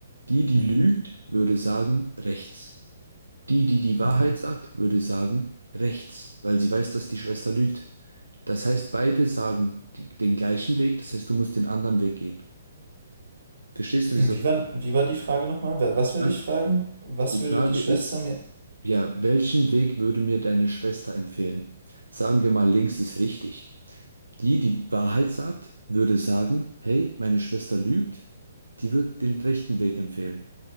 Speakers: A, on the right; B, on the right.
A: Die, die
B: Mhm,
A: lügt, würde sagen, rechts. Die, die die Wahrheit
B: mhm.
A: sagt, würde sagen, rechts, weil sie weiß, dass die Schwester lügt. Das heißt, beide sagen die, den gleichen Weg, das heißt, du musst den anderen Weg gehen. Verstehst du, wieso?
B: Und Wie war, wie war die Frage nochmal? Wa- Was würde
A: Ja,
B: ich fragen? Was
A: Die
B: würde
A: Frage
B: die Schwester
A: ist,
B: mir...
A: ja, welchen Weg würde mir deine Schwester empfehlen? Sagen wir mal, links ist richtig. Die, die Wahrheit sagt, würde sagen, hey, meine Schwester lügt, die wird den rechten Weg empfehlen.